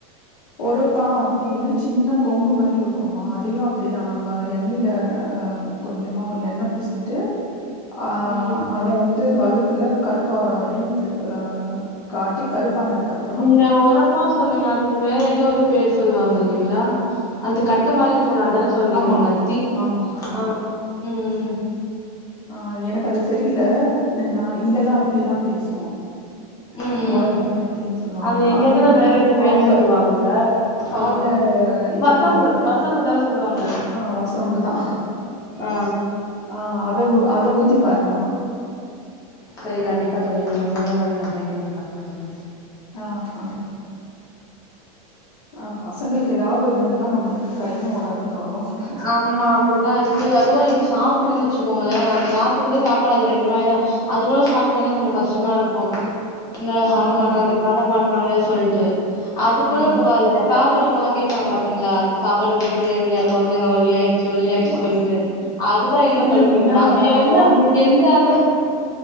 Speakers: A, on the left; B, on the left.
A: ஒரப்பா அப்டீனு சின்ன கொம்பு மாறி இருக்குமா அதையு அப்டிதா நம்ம எண்ணெயில ஆ கொஞ்சமா எண்ணெ பூசிட்டு ஆ
B: ம்
A: அத வந்து வழுக்குல கருப்பாவுர வரைலயு இப்டி ஆ காட்டி கருப்பானதுக்கப்
B: நீங்க ஒரப்பா சொல்வீங்க அதுக்கு வேற ஏதோ ஒரு பேர் சொல்வாங்க இல்லைங்களா அந்த கட்ட மாறி இருக்குல அதான சொல்றீங்க
A: ஆமா
B: நீங்க அது தி
A: ஆமா
B: ஆ உம் உம்
A: ஆ எனக்கு அது தெரியலே நு நா இங்கெல்லா அப்டிதா பேசுவோ
B: ம் ம் ம்
A: ஒரப்பா அப்டின்னு சொல்லுவாங்க
B: அந்த எங்க
A: அத
B: இதுல
A: கொஞ்சோ
B: வேற ஏதோ
A: பால்ல
B: பேர் சொல்லுவாங்க
A: பால்ல
B: ஆ
A: இத
B: வசம்பு
A: பண்ணிட்டு
B: வசம்பு தான சொல்லுவாங்க
A: ஆ வசம்புதா
B: ஆ
A: ஆ அத ஊ அத ஊத்தி பாருமா
B: செரி கண்டிப்பா தோழி நீங்க சொன்ன மாறி நான் ட்ரை பண்ணி பாக்கற தோழி
A: ஆ ஆ ஆ பசங்களுக்கு ஏதாவது ஒண்ணுண்ணா நம்பளுக்கு கையு ஓடாது காலும் ஓடாது
B: ஆமா அப்டிதா இருக் கு அதுவு இங்க சாப்பிலன்னு வச்சுக்கோங்களே அது சாப்டுறதே சாப்பாடு அது ரெண்டு வாய் தா அது கூட சாப்பலன்னா கொஞ்சோ கஷ்டமா இருக்கு என்னாடா சாப்ட
A: ஆமாமா
B: மாட்டறாங்களே சாப்ட மாட்டறாங்களே சொல்ட்டு அது
A: ஆமா
B: கூட பரவால்ல பாக்குறவுங்கல்லா கேப்பாங்க பாத்தீங்களா சாப்பாடுக் குடுக்குறியா இல்லயா குழந்தைங்க ஒல்லியாய்ட ச்சு ஒல்லியாச்சு
A: ஆமா
B: சொல்ட்டு அதுதா இன்னு
A: இல்லமா
B: கடுப்பேருது
A: ஆனா
B: நம்ம எந்த
A: கொழந்தைக்கு
B: எந்த அளவு